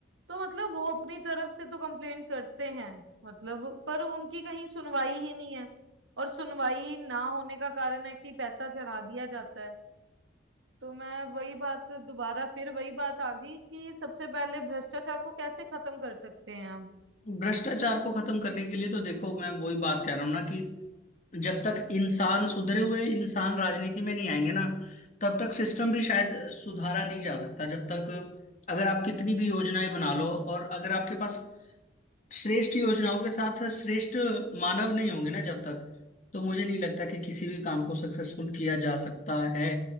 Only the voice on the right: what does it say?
तो मतलब वो अपनी तरफ से तो कंप्लेन करते हैं मतलब पर उनकी कहीं सुनवाई ही नहीं है और सुनवाई ना होने का कारण है कि पैसा चढ़ा दिया जाता है तो मैं वही बात दोबारा फिर वही बात आ गई कि सबसे पहले भ्रष्टाचार को कैसे खत्म कर सकते हैं हम